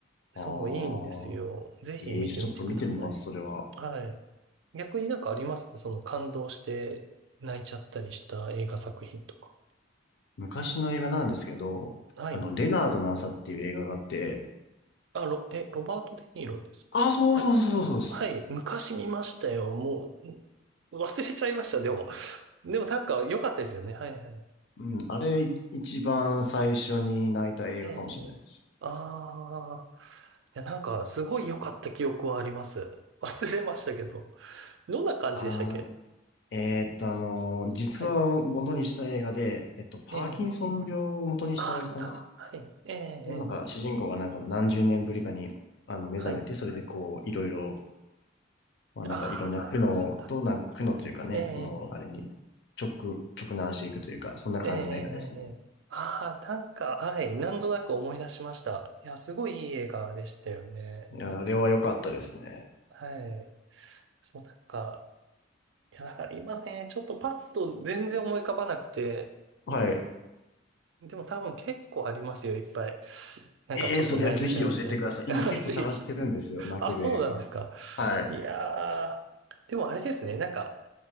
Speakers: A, on the right; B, on the left.
A: そう、
B: ああ、
A: いいんですよ。ぜひ見てみてください。
B: ええじゃあちょっと見てみます、それは。
A: はい。逆になんかありますね。その感動して泣いちゃったりした映画作品とか。
B: 昔の映画なんですけど、
A: はい。
B: あの、レナードの朝っていう映画があって、
A: あ、ロ、え、ロバート・デ・ニーロですかあれ
B: ああ、そうそうそうそうそうです。
A: はい。昔見ましたよ。もう、ん忘れちゃいました。でも。<laughs> でもなんか良かったですよね。はいはい。
B: うん、あれい一番最初に泣いた映画かもしれないです。
A: ええ。ああ。いや、なんかすごい良かった記憶はあります。忘れましたけど。どんな感じでしたっけ
B: ああ、えーっと、あのー実話を元にした映画で、
A: はい。
B: えっと、パーキンソン病を元にした映画かな
A: ええ。ああ、そうだ、そうだ。はい。ええ、え
B: でもなんか主人公がなんか何十年ぶりかにあの目覚めて、
A: え、はい。
B: それでこういろいろ、まあなんかいろんな苦悩と、
A: ああ、なんかそうだ。
B: なんか苦悩というかね、
A: ええ、
B: そのあれに直、直難していくというか、そんな感じの映画ですね。
A: ええ、ええ、ええ。ああ、なんか、はい。なんとなく思い出しました。いや、すごいいい映画でしたよね。
B: いや、あれは良かったですね。
A: はい。そう、なんか、いや、だから今ね、ちょっとパッと全然思い浮かばなくて、
B: はい。
A: でも多分結構ありますよ、いっぱい。なんかちょっと泣いちゃうみたいな。
B: ええーそれぜひ教えてください。今結構探してるんですよ、
A: <laughs> あぜひ。
B: 泣ける映画。
A: あ、そうなんですか。
B: はい。
A: いやー。でもあれですね、なんか、